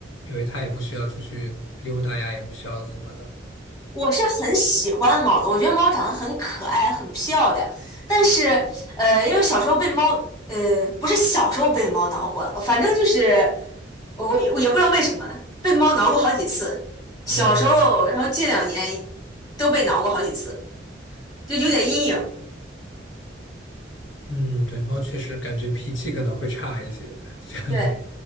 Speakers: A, on the left; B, on the left.
A: 因为它也不需要出去溜达呀，也不需要怎么的。
B: 我是很喜欢猫的，我觉得猫长得很可爱，很漂亮。但是，呃，因为小时候被猫，呃，不是小时候被猫挠过，反正就是我我也不知道为什么被猫挠过好几次。小时候，
A: 哦，
B: 然后近两年都被挠过好几次，就有点阴影。
A: 嗯，对，猫确实感觉脾气可能会差一些，<laughs> 这样
B: 对，